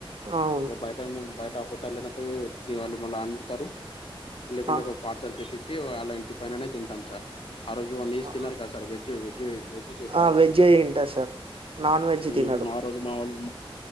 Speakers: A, on the right; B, on the left.
A: అవును
B: ఇగా బయట బయట హోటల్ ల పోయి వాళ్ళు మళ్ళ వాళ్ళు అండు తరు లేకుంటే
A: ఆ
B: మల్ల పార్సల్ తెప్పించి అళ ఇంటి పైననే తింటాం. సార్ ఆ రోజు నిస్
A: ఆ
B: తిన్నారు కదా సార్ వెజ్ వెజ్ వెజ్ చేస్తారు
A: ఆ
B: వాళ్ళు
A: వెజ్జ్ తింటా సార్ నాన్ వెజ్
B: ఉమ్,
A: తినరు
B: ఆ రోజు మా వాళ్ళు